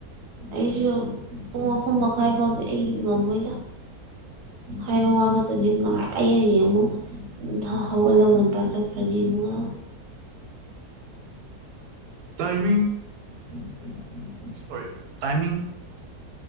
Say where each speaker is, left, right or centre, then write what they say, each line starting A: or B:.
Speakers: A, on the right; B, on the right.
A: ꯑꯩꯁꯨ ꯄꯨꯡ ꯑꯍꯨꯝ ꯃꯈꯥꯏ ꯐꯥꯎꯗꯤ ꯑꯩ ꯉꯝꯃꯣꯏꯗ ꯍꯥꯏꯕ ꯋꯥ ꯉꯥꯛꯇꯅꯤ ꯉꯥꯏ ꯑꯩ ꯍꯌꯦꯡ ꯑꯃꯨꯛ ꯍꯧꯒꯠꯂꯒ ꯉꯇꯥ ꯆꯠꯈ꯭ꯔꯅꯤ ꯏ ꯃꯨꯉ
B: ꯇꯥꯏꯃꯤ
A: ꯎ
B: ꯇꯣꯏ ꯇꯥꯏ